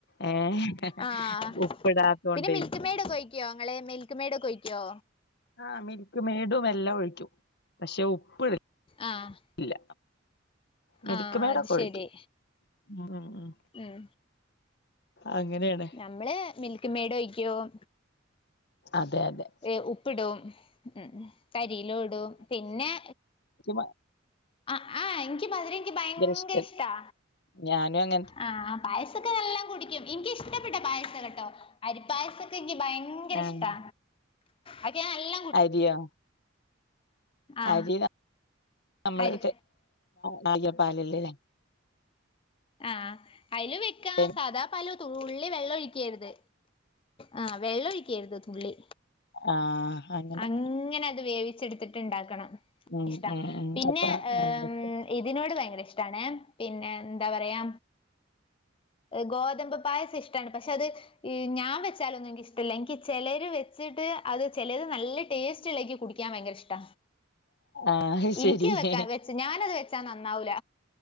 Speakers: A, on the left; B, on the left.
A: ഏഹ്
B: ആ ഹ്പിന്നെ
A: ഉപ്പിടാത്തോണ്ടേ
B: മിൽക്ക് മെയഡൊക്കെ ഒഴിക്കോ ങ്ങള് മിൽക്ക് മെയഡെക്കെ ഒഴിക്കോ
A: ആഹ് മിൽക്ക് മേടും എല്ലാം ഒഴിക്കും പക്ഷെ ഉപ്പ്ടു
B: ആഹ്
A: ഇല്ല മിൽക്ക്മേടെക്കെ
B: ആഹ് അത്
A: ഒഴിക്കും
B: ശരി
A: ഉം ഉം
B: ഉം
A: അങ്ങനെണ്
B: നമ്മള് മിൽക്ക് മെയഡ് ഒഴിക്കും
A: അതെ അതെ
B: എ ഉപ്പിടും ഉം തരിലും ഇടു പിന്നെ
A: ഇമ
B: ആ ആഹ് എനിക്ക് മധുരം എനിക്ക് ഭയങ്കര
A: ഇഷ്ട
B: ഇഷ്ടാ
A: ഞാനും അ
B: ആഹ് പായസൊക്കെ നല്ലം കുടിക്കും നിക്കിഷ്ടപ്പെട്ട പായസകട്ടോ അരിപ്പായ സക്കെ എനിക്ക് ഭയങ്കര
A: ആഹ്
B: ഇഷ്ടാ അതക്കെ നല്ല
A: അരിയോ
B: ആ
A: അരി ലനമ്മള്
B: അരി
A: ന <unintelligible>
B: ആഹ്അതില് വെക്ക
A: <inaudible>
B: അതാ പാലും തുള്ളി വെള്ളെഴിക്കരുത് ആഹ് വെള്ളെഴിക്കരുത് തുള്ളി
A: ആഹ്‌ഹ അങ്ങനെ
B: ഇങ്ങനെ അത് വേവിച്ചെടുത്തിട്ട് ണ്ടാക്കണം
A: ഉം
B: ഇഷ്ട
A: ഉം ഉം
B: പിന്നെ
A: അപ്പ
B: ഏം
A: നല്ല
B: ഇതിനോട് ഭയങ്കര ഇഷ്ടാണ് പിന്നെ എന്താ പറയാ ഗോതമ്പ് പായസം ഇഷ്ടാണ് പക്ഷെ അത് ഞാ വെച്ചാലൊന്നും ൻക്ക് ഇഷ്ടല്ല നിക്ക് ചെലര് വെ വെച്ചിട്ട് അത് ചെലത് നല്ല ടേസ്റ്റ് ഇണ്ടെങ്കിൽ കുടിക്കാൻ ഭയങ്കര ഇഷ്ട
A: ആഹ് ശരി
B: എനിക്കത് വെക്കാ വെച്ചു ഞാനത് വെച്ചാ നന്നാവൂല